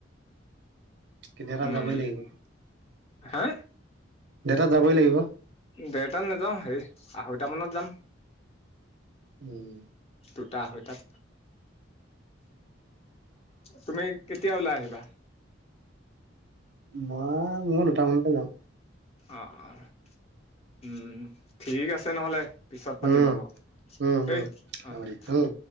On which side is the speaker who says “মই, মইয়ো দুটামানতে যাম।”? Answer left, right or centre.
Right